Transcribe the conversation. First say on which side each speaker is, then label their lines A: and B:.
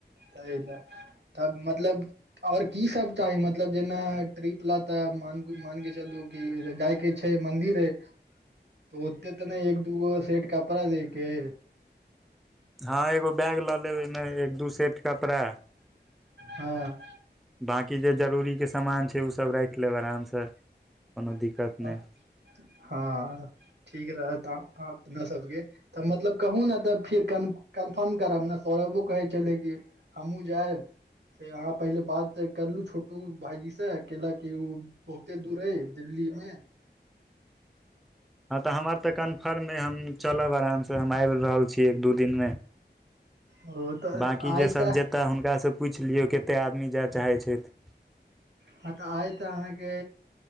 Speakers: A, on the right (about 75°); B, in the centre.
A: तही ल तब मतलब और की सब चाही मतलब जेना ट्रिप ला त मानक मान के चलू की जाइके छै मंन्दिर तऽ ओते तऽ नहि एक दूगो सेट कपड़ा लेके
B: हँ एगो बैग लऽ लेब ओहिमे एक दू सेट कपड़ा
A: हँ
B: बकी जे जरुररी के सामान छै ओ सब राख लेब आराम से कोनो दिक्कत
A: हँ
B: नहि
A: ठीक रह त ह अपना सबके तऽ मतलब कहु ने तऽ फिर कन्फर्म करब ने सौरभो कहे छले की हमहु जाएब से अहाँ पहिले बात करलु छोटू भाायजी से क लाक ओ बहुते दूर हय दिल्ली हमे
B: हँ तऽ हमर तऽ कन्फर्ममे हम चलब आराम से हम आबि रहल छी एक दू दिन मे
A: ओ तऽ
B: बाँकी
A: आइ
B: जेसभ
A: तऽ
B: जेयतह हुनकासँ पूछि लियौ कतेक आदमी जाय चाहै छथि
A: हँ तऽ आइ तऽ अहाँके